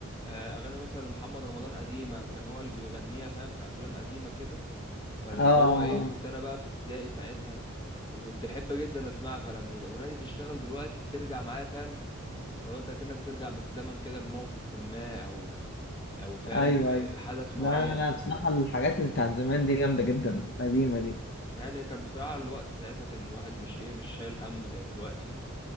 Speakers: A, on the left; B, on the left.
A: آه، أغاني مثلا محمد رمضان قديمة كان هو اللي بيغنيها فاهم في أفلام قديمة كده فاللي
B: اه
A: هو إيه كنت أنا بقى في ابتدائي ساعتها وكنت أحب جدا أسمعها فلما الأغنية دي تشتغل دلوقتي بترجع معايا فاهم لو أنت كأنك بترجع بالزمن كده لموقف ما أو أو فاهم
B: ايوه
A: آه،
B: ايوه
A: حدث معين
B: لا لا لا بصراحه الحاجات اللي بتاعت زمان دي جامده جدا القديمه دي
A: يعني كان بصراحة الوقت ساعتها كان الواحد مش ايه مش شايل هم زي دلوقتي